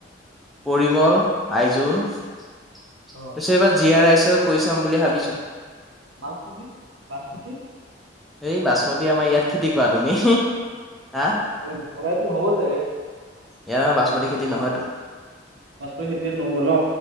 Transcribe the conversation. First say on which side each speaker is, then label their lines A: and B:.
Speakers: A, in the centre; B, on the right.
A: পৰিমল, আইযুল। তাৰপিছত
B: অ
A: এইবাৰ জীয়া ৰাইচও কৈ চাম বুলি ভাবিছো।
B: বাচমুঠি বাচমুঠি।
A: এই বাচমতি আমাৰ ইয়াত খেতি কৰা তুমি? হা ইয়াত
B: উ আমাৰ এইটো নহ'ব চাগে
A: আমাৰ বাচমতি খেতি নহয়তো।
B: বাচমতি খেতি ইয়াত নহব ন